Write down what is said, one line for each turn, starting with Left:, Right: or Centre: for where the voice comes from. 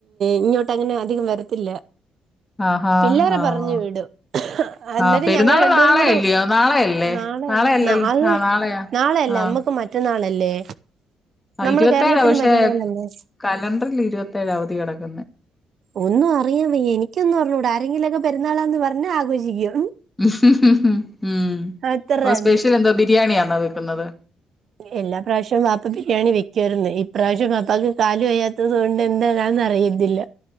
Right: ഇങ്ങോട്ടങ്ങനെ അധികം വരത്തില്ല
Left: ആഹാ
Right: പിള്ളേരെ
Left: ആഹ്
Right: പറഞ്ഞു വിടും എന്നാലും
Left: ആ പെരുന്നാള്
Right: ഞങ്ങൾ രണ്ടുപേരും
Left: നാളെയല്ലയോ
Right: കൂടെ
Left: നാളെയല്ലേ
Right: നാളെ
Left: നാളെയല്ലല്ലോ
Right: അല്ല ന അ
Left: ആ നാളെയാ
Right: നാളെ അല്ല
Left: ആഹ്
Right: അമ്മക്ക് മറ്റന്നാളല്ലേ
Left: ആ
Right: നമ്മളെ
Left: ഇരുപത്തേഴാ
Right: കേരളത്തിന്
Left: പക്ഷെ
Right: മറ്റന്നാളല്ലേ
Left: കലണ്ടറിൽ ഇരുപത്തേഴാ അവധി കെടക്കുന്നെ
Right: ഒന്നും അറിയാം വയ്യ എനിക്കൊന്നും അറിഞ്ഞൂട ആരെങ്കിലുംക്കെ പെുന്നാളാന്ന് പറഞ്ഞാ ആഘോഷിക്കും
Left: ഉം ഉം
Right: അത്ര
Left: അപ്പം
Right: തന്നെ
Left: സ്പെഷ്യൽ എന്ത്വാ ബിരിയാണിയാണോ വെക്കുന്നത്
Right: എല്ലാ പ്രാവശ്യവും ബാപ്പ ബിരിയാണി വെക്കുവായിരുന്നു ഇപ്രാവശ്യം ബാപ്പക്ക് കാല് വയ്യാത്തതുകൊണ്ട്- എന്തരാന്ന് അറിയ്ന്നില്ല